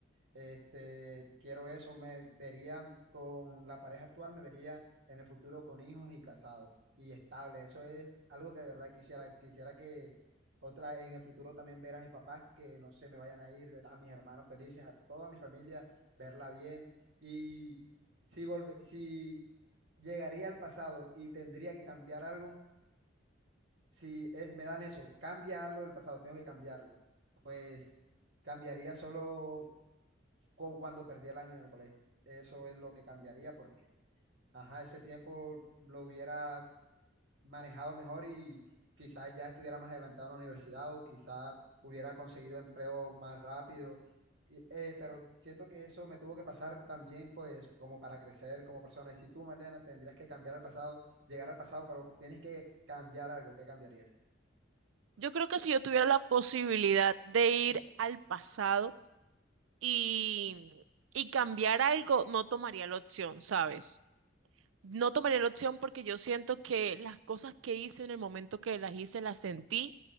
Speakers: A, on the right; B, on the right.
A: Este, quiero eso, me vería con la pareja actual, me vería en el futuro con hijos y casado y estable. Eso es algo que de verdad quisiera, quisiera que otra en el futuro también ver a mis papás que no se me vayan a ir, a mis hermanos felices, a toda mi familia, verla bien. Y si volve- si llegaría al pasado y tendría que cambiar algo, si es, me dan eso, cambia algo del pasado, tengo que cambiarlo. Pues cambiaría solo co- cuando perdí el año en el colegio. Eso es lo que cambiaría porque, ajá, ese tiempo lo hubiera manejado mejor y quizás ya estuviera más adelantado en la universidad o quizás hubiera conseguido empleo más rápido. Y, eh, pero siento que eso me tuvo que pasar también, pues, como para crecer como persona. Y si tú, Marlena, tendrías que cambiar al pasado, llegar al pasado, pero tienes que cambiar algo, ¿qué cambiarías?
B: Yo creo que si yo tuviera la posibilidad de ir al pasado y, y cambiar algo, no tomaría la opción, ¿sabes? No tomaría la opción porque yo siento que las cosas que hice en el momento que las hice, las sentí